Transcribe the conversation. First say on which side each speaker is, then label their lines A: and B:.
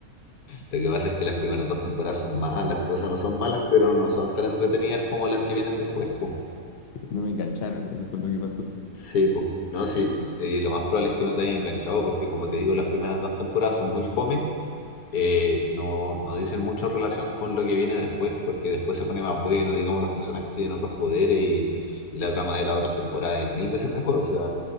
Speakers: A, on the left; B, on the left.
A: Lo que pasa es que las primeras dos temporadas son malas, o sea, no son malas, pero no son tan entretenidas como las que vienen después, po.
B: No me engancharon, eso fue lo que pasó.
A: Sí, pues. No, sí, eh, lo más probable es que no te haya enganchado, porque como te digo, las primeras dos temporadas son muy fome. eh, no, no dicen mucho en relación con lo que viene después, porque después se pone más bueno, digamos, los personajes tienen otros poderes y, y la trama de las otras temporadas es mil veces mejor. O sea,